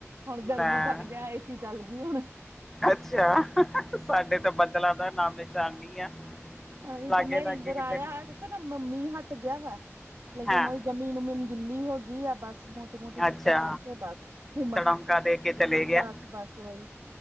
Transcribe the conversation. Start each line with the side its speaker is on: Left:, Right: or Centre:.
Right: ਹੁਣ ਗਰਮੀ
Centre: ਲੈ
Right: ਕਰ ਗਿਆ ਏ। ਏਸੀ ਚੱਲ ਗਈ ਹੁਣ।
Centre: ਅੱਛਾ ਸਾਡੇ ਤਾਂ ਬਦਲਾਂ ਦਾ ਨਾਮ ਨਿਸ਼ਾਨ ਨਹੀਂ ਆ।
Right: ਓਏ
Centre: ਲਾਗੇ
Right: ਤਨੇ
Centre: ਲਾਗੇ
Right: ਇੱਧਰ
Centre: ਕਿਤੇ
Right: ਆਇਆ।
Centre: ਨੀ।
Right: ਦੇਖੋ ਨਾ ਮ ਮੀਂਹ ਹੱਟ ਗਿਆ ਵਾ ਲੇਕਿਨ
Centre: ਹਾਂ
Right: ਉਹੀ ਜਮੀਨ ਉਮੀਨ ਗਿੱਲੀ ਹੋ ਗਈ ਆ ਬਸ ਮੋ। ਛੋਟੀ ਮੋਟੀ
Centre: ਅੱਛਾ
Right: ਛਿੱਟਾ ਪੈ ਕੇ ਬਸ ਹੁ
Centre: ਤੜਮਕਾ
Right: ਮਸ
Centre: ਦੇ ਕੇ ਚਲੇ ਗਿਆ
Right: ਬਸ-ਬਸ ਵਹੀ।